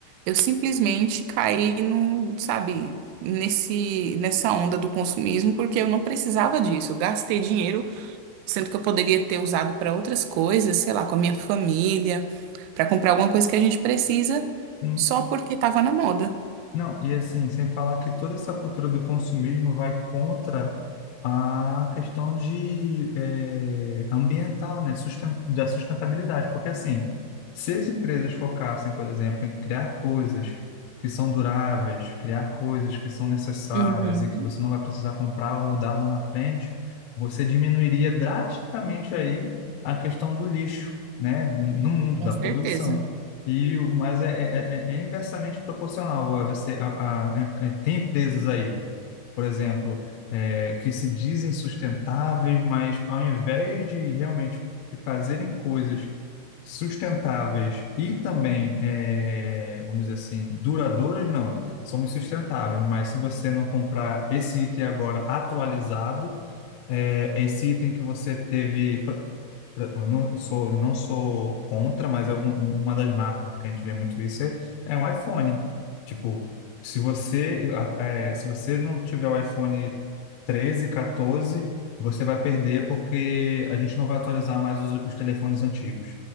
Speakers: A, on the right; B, on the left.
A: eu simplesmente caí no, sabe, nesse, nessa onda do consumismo, porque eu não precisava disso. Eu gastei dinheiro, sendo que eu poderia ter usado para outras coisas, sei lá, com a minha família, para comprar alguma coisa que a gente precisa,
B: Sim.
A: só porque estava na moda.
B: Não, e assim, sem falar que toda essa cultura do consumismo vai contra a questão de eh, ambiental, né, susten- da sustentabilidade, porque assim, se as empresas focassem, por exemplo, em criar coisas que são duráveis, criar coisas que são necessárias
A: Uhum.
B: e que você não vai precisar comprar ou mudar lá na frente, você diminuiria drasticamente aí a questão do lixo, né, no mundo
A: Com
B: da
A: certeza.
B: poluição. E o, mas é, é, é é inversamente proporcional. Ah, Você, a, a- a- tem empresas aí, por exemplo, é, que se dizem sustentáveis, mas ao invés de realmente fazerem coisas sustentáveis e também, é, vamos dizer assim, duradouras, não. Somos sustentáveis, mas se você não comprar esse item agora atualizado, é, é esse item que você teve eu não sou, eu não sou contra, mas é uma, uma das marcas que a gente vê muito isso, é, é o iPhone. Tipo, se você, é, se você não tiver o iPhone 13 14, você vai perder porque a gente não vai atualizar mais os, os telefones antigos.